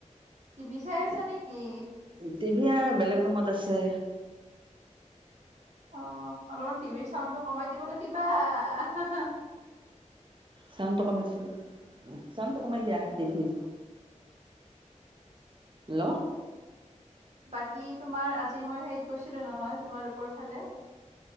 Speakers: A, on the right; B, on the right.
A: টিভি চাই আছা
B: তে
A: নেকি
B: টিভি আৰু বেলেগ ৰুমত আছে।
A: অ, অলপমান টিভিৰ চাউণ্ডটো কমাই দিবলৈ দিবা, আ, হা, হা,
B: চাউণ্ডটো কমাই দেছোন অলপ, চাউণ্ডটো কমাই দিয়া টিভিৰ। হেল্ল,
A: বাকী তোমাৰ, আজি মই হেৰিত গৈছিলো নহয়, তোমালোকৰ ফালে।